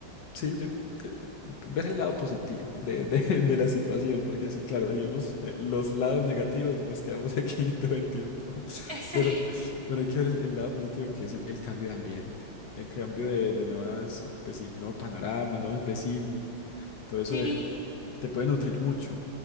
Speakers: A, on the left; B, on the right.
A: sí, yo, eh, ver el lado positivo de, de- <laughs> de la situación, porque sí, claro, digamos, eh, los lados negativos nos quedamos aquí <laughs> todo el tiempo,
B: <laughs> Sí,
A: pero, pero hay que ver el, el lado positivo que es el, el cambio de ambiente. El cambio de, de nuevas, pues sí, nuevo panorama, nuevos vecinos. Todo eso
B: sí,
A: eh, te puede nutrir mucho